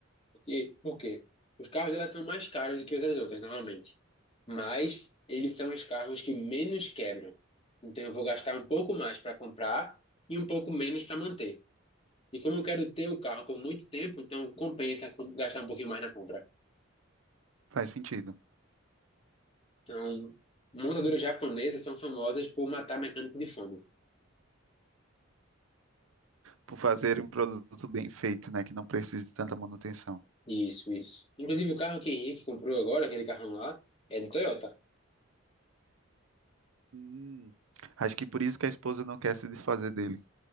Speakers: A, on the left; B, on the right.
A: porque, por quê? Os carros dela são mais caros do que os das outras, normalmente. Mas eles são os carros que menos quebram. Então eu vou gastar um pouco mais para comprar e um pouco menos para manter. E como eu quero ter o carro por muito tempo, então compensa com- gastar um pouquinho mais na compra.
B: faz sentido.
A: Então, montadoras japonesas são famosas por matar mecânico de fome.
B: Por fazer um produto bem feito, né, que não precise de tanta manutenção.
A: Isso, isso. Inclusive o carro que Henrique comprou agora, aquele carrão lá, é do Toyota.
B: Hum, acho que por isso que a esposa não quer se desfazer dele.